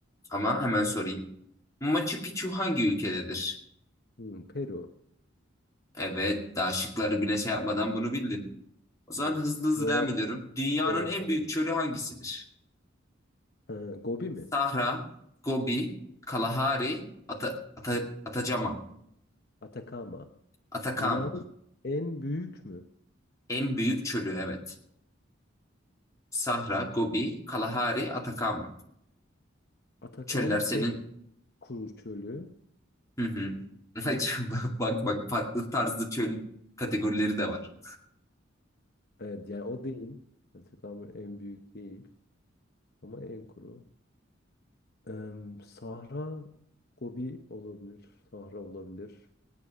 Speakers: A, on the left; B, on the left.
A: Ama hemen
B: So-
A: sorayım. Machu Picchu hangi ülkededir?
B: Hmm, Peru.
A: Evet, daha şıkları bile şey yapmadan bunu bildin. O zaman
B: Evet.
A: hızlı hızlı
B: Coğrafya.
A: devam ediyorum. Dünyanın
B: Coğrafya.
A: en büyük
B: değil.
A: çölü hangisidir?
B: Ha, Gobi mi?
A: Sahra, Gobi, Kalahari, Ata, Ata, Atacama,
B: Atakama.
A: Atakama.
B: Dünyanın en büyük mü?
A: En büyük çölü evet. Sahra, Gobi, Kalahari, Atakama.
B: Atakama
A: Çöller senin...
B: en kuru çölü.
A: Hı hı. <laughs> Bak bak farklı tarzda çöl kategorileri de var.
B: Evet yani o değil. Atakama en büyük değil. Ama en kuru. Em, Sahra Gobi olabilir. Sahra olabilir.